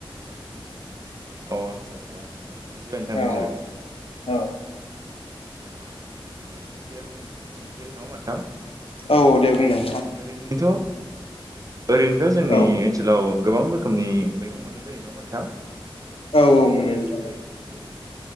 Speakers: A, on the right; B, on the left.
A: अ आदसा आदसा नोंथां बुजिबाय नोंथां
B: औ
A: बुजिबाय
B: औ औ
A: जेबा होनबा एसे बुंसै नङा होनबा नोंथां
B: औ दे बुंनाय नोंथां
A: ओरैनोथ' ओरैनोथ' जोंनि
B: औ
A: ओनसोलाव गोबां रोखोमनि मैगं मोननाय जायो नङा होनबा नोंथां
B: औ
A: जदिथ
B: औ मोनो नोंथां औ
A: <unintelligible>